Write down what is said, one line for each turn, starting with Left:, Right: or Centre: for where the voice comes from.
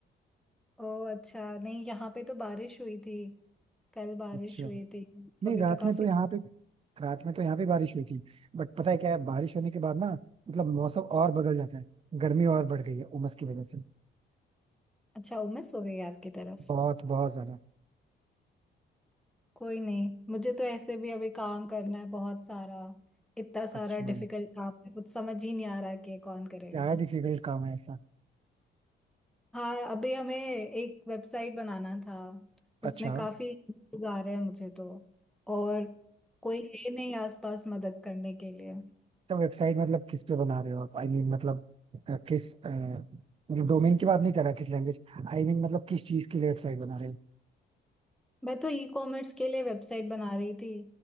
Centre: ओह अच्छा नहीं यहाँ पे तो बारिश हुई थी कल बारिश
Right: अच्छा
Centre: हुई थी
Right: नहीं
Centre: अभी
Right: रात
Centre: तो काफी
Right: में तो यहाँ पे रात में तो यहाँ पे बारिश हुई थी बट पता है क्या है बारिश होने के बाद ना मतलब मौसम और बदल जाता है गर्मी और बढ़ गई है उमस की वजह से
Centre: अच्छा उमस हो गई है आपकी तरफ
Right: बहुत बहुत ज्यादा
Centre: कोई नहीं मुझे तो ऐसे भी अभी काम करना है बहुत सारा इतना सारा
Right: अच्छा
Centre: डिफिकल्ट काम है कुछ समझ ही नहीं आ रहा कि ये कौन करेगा
Right: क्या डिफिकल्ट काम है ऐसा
Centre: हाँ अभी हमें एक वेबसाइट बनाना था उसमें
Right: अच्छा
Centre: काफी issues आ रहे हैं मुझे तो और कोई है नहीं आसपास मदद करने के लिए
Right: तो वेबसाइट मतलब किस पे बना रहे हो आप आई I मीन mean, मतलब अ, किस अ, मतलब डोमेन की बात नहीं कर रहा किस लैंग्वेज आई मीन मतलब किस चीज के लिए वेबसाइट बना रहे हो
Centre: मैं तो ई कॉमर्स के लिए वेबसाइट बना रही थी